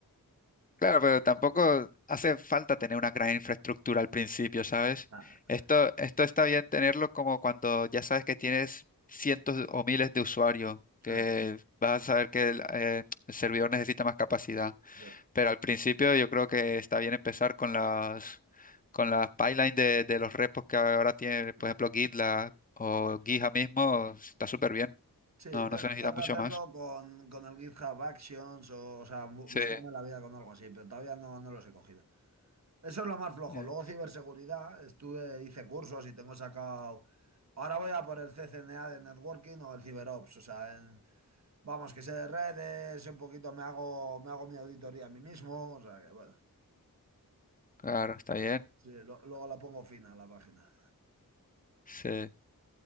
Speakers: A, on the left (about 25°); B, on the right (about 45°).
A: claro, pero tampoco hace falta tener una gran infraestructura al principio, ¿sabes?
B: <laughs>
A: Esto, esto está bien tenerlo como cuando ya sabes que tienes cientos o miles de usuarios, que
B: Ah.
A: vas a saber que el eh, el servidor necesita más capacidad.
B: Sí,
A: Pero al principio yo creo que está bien empezar con las, con las pipelines de, de los repos que ahora tiene, por
B: sí,
A: ejemplo, GitLab o
B: sí.
A: Gija mismo, está súper bien.
B: Sí,
A: No,
B: te-
A: no se necesita
B: tengo
A: mucho
B: que hacerlo
A: más.
B: con, con el GitHub Actions o, o sea, bu-
A: Sí,
B: buscarme la vida con algo así, pero todavía no, no los he cogido. Eso es lo más flojo.
A: ya,
B: Luego ciberseguridad, estuve, hice cursos y tengo sacado... Ahora voy a por el CCNA de Networking o el CyberOps, o sea, en- vamos, que sé de redes, sé un poquito me hago, me hago mi auditoría a mí mismo, o sea que bueno,
A: claro, está bien.
B: sí, lo- luego la pongo fina a la página.
A: Sí.